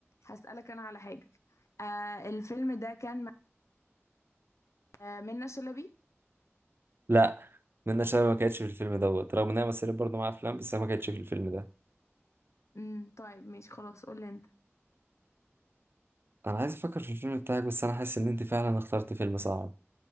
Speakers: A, on the left; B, on the right.
A: هسالك انا على حاجه آه الفيلم ده كان مع آه منة شلبي
B: لا منة شلبي ما كانتش في الفيلم دوت رغم انها مثلت برضه مع افلام بس هي ما كانتش في الفيلم ده
A: امم طيب ماشي خلاص قول لي انت
B: انا عايز افكر في الفيلم بتاعك بس انا حاسس ان انت فعلا اخترت فيلم صعب